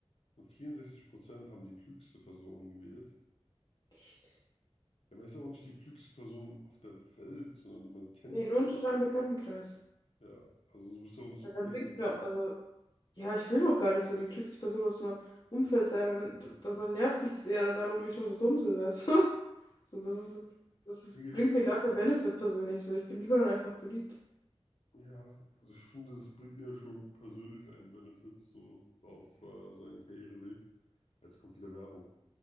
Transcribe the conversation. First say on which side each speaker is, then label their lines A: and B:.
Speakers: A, on the left; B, on the left.
A: Und 64% haben die klügste Person gewählt.
B: Echt?
A: Ja, aber ist auch nicht die klügste Person auf der Welt, sondern die man kennt.
B: Ja, Nee, nur unter deinem Bekanntenkreis.
A: Ja, also du bist ja auch nicht
B: Weil
A: so crazy
B: Dann bringt's
A: klug.
B: mir, also, ja, ich will doch gar nicht so die klügste Person aus meinem Umfeld sein. Dann, das, dann nervt mich das eher, dass alle um mich herum so dumm sind, weißt du? <laughs> So, das ist, das ist,
A: Mir
B: bringt
A: Jetzt,
B: mir gar keinen Benefit persönlich. So, ich bin lieber dann einfach beliebt.
A: ja, also ich finde, das bringt ja schon persönlich einen Benefit so auf äh, seinen Karriereweg. Jetzt kommt wieder Werbung.